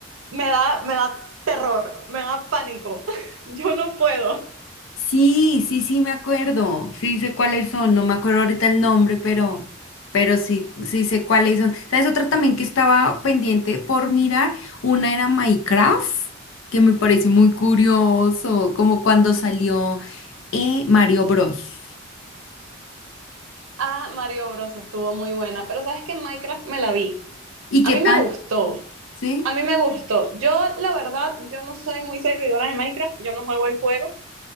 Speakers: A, on the right (about 90°); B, on the left (about 80°).
A: me da, me da terror, me da pánico. <laughs> Yo no puedo.
B: sí, sí, sí, me acuerdo, sí sé cuáles son, no me acuerdo ahorita el nombre, pero, pero sí, sí sé cuáles son. ¿Sabes? Otra también que estaba pendiente por mirar, una era Minecraft, que me parece muy curioso, como cuando salió eh, Mario Bros.
A: Ah, Mario Bros. estuvo muy buena, pero sabes que Minecraft me la vi.
B: ¿Y
A: A
B: qué
A: mí
B: tal?
A: me gustó,
B: ¿Sí?
A: a mí me gustó. Yo, la verdad, yo no soy muy seguidora de Minecraft, yo no juego el juego.